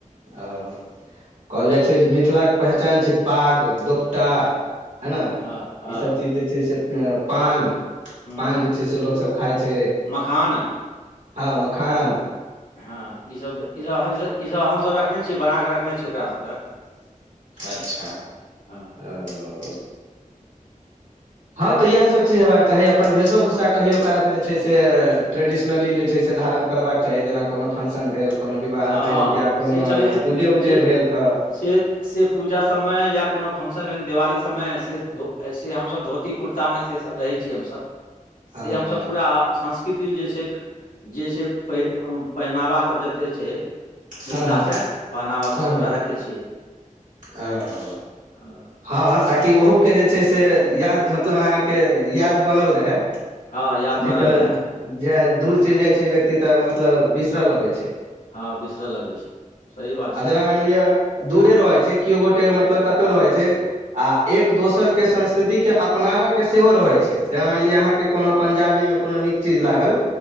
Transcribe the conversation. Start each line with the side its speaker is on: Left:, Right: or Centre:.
Right: ओ कहल जाइ छै जे मिथिलाके पहचान छै पाग दोपटा है ने
Left: हँ हँ
Right: ईसभ चीज जे छै से अ पान
Left: ह्म
Right: पान जे छै से लोक सब खाय छै
Left: मखान
Right: हँ मखान
Left: हँ ईसभ ईसभ ईसभ हमसभ रखने छियै बना कऽ रखने छीयै ओकरा सबके
Right: अच्छा
Left: हँ
Right: ओ हँ तऽ इएह सब चीज हेबाक चाही अपन वेशो भूषा के कहियो काल के जे छै से ट्रेडिशनली जे छै से धारण करबाक चाही जेना कोनो फंक्शन भेल कोनो विवाह
Left: हँ
Right: भेल
Left: हँ
Right: या कोनो
Left: से चलै छै
Right: पूजे उजे
Left: से
Right: भेल तऽ
Left: से से पूजा सबमे या कोनो फंक्शन भेल दिवाली सबमे से से हमसब धो ती कुर्ता मे से रहै छी हमसब
Right: हँ
Left: से हमसब
Right: हँ
Left: पूरा सांस्कृ ति जे छै जे छै प पहिनावा सभ जते छै मिथिलाके
Right: हँ हँ
Left: पहनावा सब
Right: हँ
Left: सभटा
Right: हँ
Left: रखै छियै
Right: हँ
Left: अ
Right: हँ ताकि ओहोके जे छै से याद मतलब अहाँके याद बनल रहै
Left: हँ याद
Right: नहि
Left: बनल
Right: तऽ
Left: रहए
Right: जे दूर चलि जाइ छै व्यक्ति तऽ मतलब बिसरऽ लगै छै
Left: हँ बिसरऽ लगै छै सही बात छियै
Right: आ जेना मानि लिअ दूरे रहै छै केओ गोटे मतलब कतहु रहै छै आ एक दोसरके संस्कृतिके अपनाबयके सेहो रहै छै जेना मानि लिअ अहाँके कोनो पंजाबी मे कोनो नीक चीज लागल